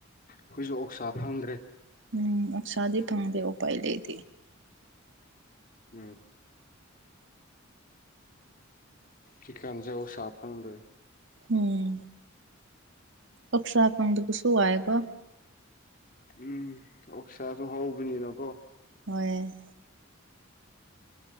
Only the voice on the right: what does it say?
ꯎꯝ ꯑꯣꯛꯁꯥꯗꯤ ꯐꯪꯗꯦ ꯎꯄꯥꯏ ꯂꯩꯇꯦ
ꯎꯝ ꯑꯣꯛꯁꯥ ꯐꯪꯗꯕꯁꯨ ꯋꯥꯏꯌꯦꯀꯣ
ꯍꯣꯏ